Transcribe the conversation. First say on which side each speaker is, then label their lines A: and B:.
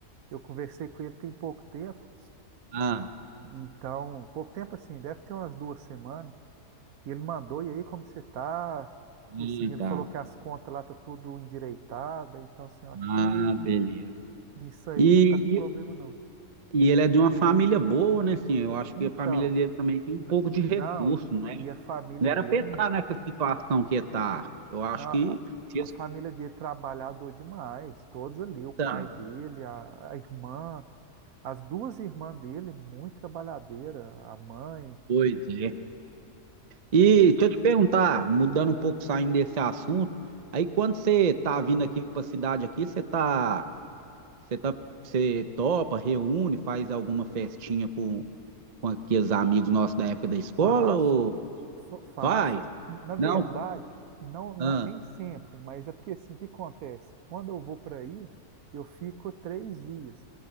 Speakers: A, on the right; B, on the right.
A: Eu conversei com ele tem pouco tempo,
B: Ah,
A: então, pouco tempo assim, deve ter umas duas semanas. E ele mandou, e aí, como que você tá?
B: sim,
A: E assim, ele
B: tá.
A: falou que as contas lá tá tudo endireitada, então assim, eu acho que
B: Ah,
A: não,
B: beleza.
A: nisso aí
B: E,
A: não tá com problema
B: e,
A: não.
B: e ele é de uma família boa, né? Assim, eu acho
A: Então,
B: que a família dele também tem um
A: n-
B: pouco de recurso,
A: não,
B: né?
A: e a família
B: Não
A: dele,
B: era pensar nessa situação que tá. Eu acho
A: na-
B: que se
A: a,
B: eles
A: a família dele trabalhador demais, todos ali,
B: conversaram,
A: o pai dele, a, a irmã, as duas irmãs dele, muito trabalhadeira, a mãe,
B: pois é. E deixa eu te perguntar, mudando um pouco, saindo desse assunto, aí quando você tá vindo aqui pra cidade aqui, você tá, você tá, você topa, reúne, faz alguma festinha com, com aqueles amigos nossos da época da escola
A: Faço,
B: ou
A: fa- faço.
B: faz?
A: Na verdade,
B: Não?
A: não, na-
B: Ah,
A: nem sempre, mas é porque assim, o que acontece? Quando eu vou para aí, eu fico três dias.